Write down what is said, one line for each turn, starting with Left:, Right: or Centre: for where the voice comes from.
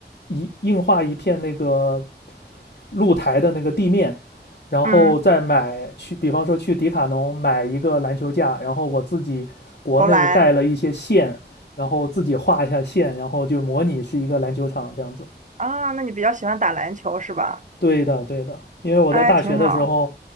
Left: 一硬化一片那个露台的那个地面，然后再买去，
Right: 嗯，
Left: 比方说去迪卡侬买一个篮球架，然后我自己国内带了一些线，
Right: 投篮
Left: 然后自己画一下线，然后就模拟是一个篮球场这样子。
Right: 啊，那你比较喜欢打篮球是吧？
Left: 对的，对的，因为我在大学的时候，
Right: 哎，挺好，